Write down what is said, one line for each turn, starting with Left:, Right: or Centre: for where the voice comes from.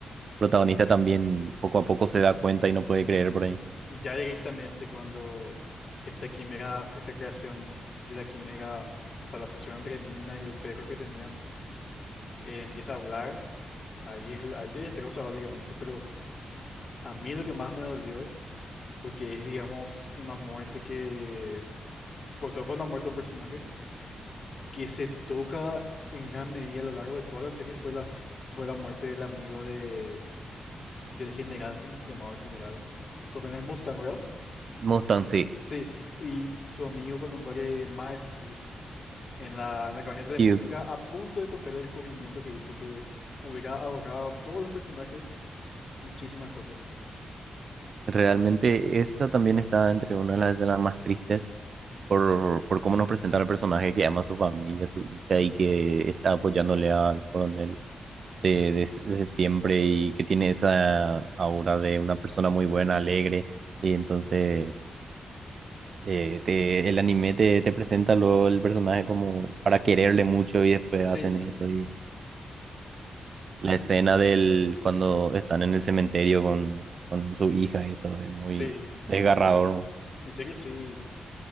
Right: protagonista también poco a poco se da cuenta y no puede creer por ahí.
Left: Y ya directamente cuando esta quimera, esta creación de la quimera, o sea, la fusión entre Nina y el perro que tenía, eh, empieza a hablar, ahí es, la- ahí te destroza básicamente. Pero a mí lo que más me dolió, porque es, digamos, una muerte que, o sea, fue una muerte de un personaje que se toca en gran medida a lo largo de toda la serie fue la, fue la muerte del amigo de, del general, ¿cómo se llamaba el general? Coronel Mustang, ¿verdad?
Right: Mustang, sí.
Left: Sí, y su amigo cuando muere Miles Hughes en la, en la cabina telefónica
Right: Hughes.
Left: a punto de encontrar el descubrimiento que hizo que hubiera ahorrado a todos los personajes muchísimas cosas.
Right: Realmente esa también está entre una de las escenas más tristes por, por cómo nos presenta el personaje que ama a su familia, a su hija y que está apoyándole al coronel de- des- desde siempre y que tiene esa aura de una persona muy buena, alegre. Y entonces eh, te- el anime te, te presenta luego el personaje como para quererle mucho y después
Left: Sí,
Right: hacen eso. Y la
Left: y
Right: escena del cuando están en el cementerio con, con su hija, eso es muy
Left: sí, muy,
Right: desgarrador. <laughs>
Left: en serio sí,